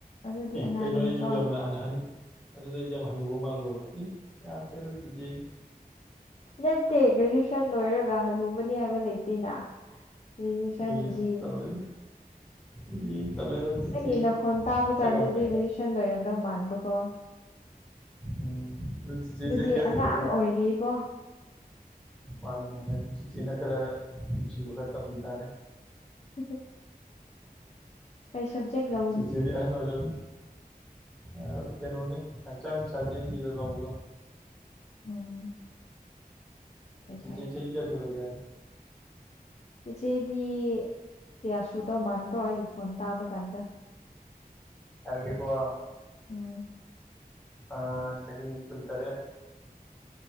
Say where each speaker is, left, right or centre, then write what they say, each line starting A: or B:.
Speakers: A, on the left; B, in the centre.
A: ꯑꯗꯨꯗꯤ
B: ꯏ
A: ꯑꯉꯥꯡꯅꯤꯀꯣ
B: ꯀꯩꯅꯣ ꯑꯩꯖꯤꯕꯣ ꯌꯥꯝꯅ ꯑꯍꯟ ꯑꯗꯨꯗ ꯑꯩꯖꯦ ꯌꯥꯝ ꯍꯅꯨꯕ ꯃꯥꯜꯂꯨꯔꯕ ꯏ ꯌꯥꯗꯦꯗꯥ ꯆꯤꯆꯦꯖꯤ
A: ꯅꯠꯇꯦ ꯒ꯭ꯔꯦꯖꯨꯑꯦꯁꯟ ꯂꯣꯏꯔꯒ ꯍꯟꯅꯨꯕꯅꯤ ꯍꯥꯏꯕ ꯂꯩꯇꯦꯅ ꯒ꯭ꯔꯦꯖꯨꯑꯦꯁꯟꯕꯨꯗꯤ
B: ꯑꯩ ꯇꯜꯂꯦꯗ ꯏ ꯇꯜꯂꯦꯗ ꯆꯤꯆꯦꯁꯦ
A: ꯅꯪꯒꯤ ꯅꯈꯣꯟ ꯇꯥꯕ
B: ꯁꯛ
A: ꯀꯥꯟꯗꯗꯤ
B: ꯌꯥꯝ ꯀꯛꯑꯦ
A: ꯒ꯭ꯔꯦꯖꯨꯋꯦꯁꯟ ꯂꯣꯏꯔꯝꯗꯧ ꯃꯥꯟꯕꯀꯣ
B: ꯎꯝ ꯑꯗꯨ ꯆꯤꯆꯦ
A: ꯑꯗꯨꯗꯤ
B: ꯆꯍꯤ ꯀꯌꯥ
A: ꯑꯉꯥꯡ
B: ꯁꯨꯔꯒꯦ
A: ꯑꯣꯏꯔꯤꯀꯣ
B: ꯃꯥꯅꯦ ꯃꯥꯅꯦ ꯑꯗꯨ ꯆꯤꯆꯦꯅ ꯈꯔ ꯅꯨꯡꯁꯤꯕ ꯈꯔ ꯇꯝꯕꯤ ꯇꯥꯔꯦ
A: <unintelligible> ꯀꯩ ꯁꯕꯖꯦꯛ ꯂꯧ
B: ꯆꯤꯆꯦꯗꯤ ꯑꯍꯟ ꯑꯣꯏꯔꯝ ꯑꯥ ꯀꯩꯅꯣꯅꯦ ꯍꯛꯆꯥꯡ ꯁꯥꯖꯦꯟꯒꯤꯗ ꯂꯧꯕꯗꯣ
A: ꯎꯝ ꯐꯩ
B: ꯆꯤꯆꯦ
A: ꯐꯩ
B: ꯆꯍꯤ ꯀꯌꯥ ꯁꯨꯔꯒꯦ
A: ꯆꯤꯆꯦꯗꯤ ꯀꯌꯥ ꯁꯨꯗꯧ ꯃꯥꯟꯕ꯭ꯔꯣ ꯑꯩꯒꯤ ꯈꯣꯟ ꯇꯥꯕ ꯀꯥꯟꯗ
B: ꯍꯥꯏꯔꯒꯦꯀꯣ
A: ꯎꯝ
B: ꯑꯥ ꯆꯍꯤ ꯀꯨꯟꯇꯔꯦꯠ